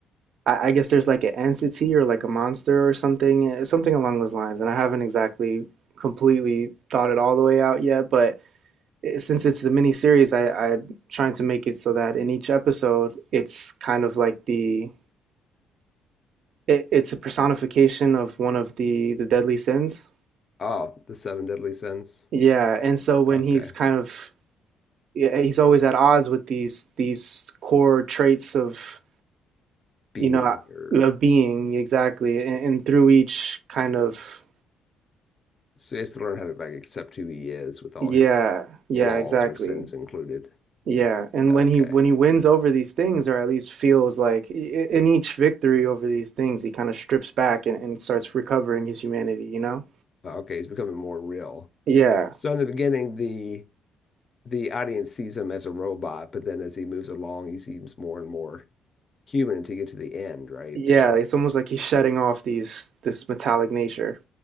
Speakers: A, on the right; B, on the left.
A: I, I guess there's like an entity or like a monster or something, uh, something along those lines. And I haven't exactly completely thought it all the way out yet, but it- since it's a mini series, I, I'm trying to make it so that in each episode, it's kind of like the it, it's a personification of one of the the deadly sins.
B: Oh, the seven deadly sins.
A: Yeah, and so when
B: Okay.
A: he's kind of yeah, he's always at odds with these these core traits of
B: Being
A: you know
B: or
A: a being exactly, and, and through each kind of
B: so he has to learn how to like accept who he is with all
A: Yeah,
B: his
A: yeah,
B: flaws
A: exactly.
B: or sins included.
A: Yeah, and
B: Okay.
A: when he when he wins over these things, or at least feels like i- i- in each victory over these things, he kind of strips back and, and starts recovering his humanity, you know?
B: Okay, he's becoming more real.
A: Yeah,
B: So in the beginning, the the audience sees him as a robot, but then as he moves along, he seems more and more human to get to the end, right?
A: yeah,
B: Then it's
A: it's almost like he's shedding off these this metallic nature.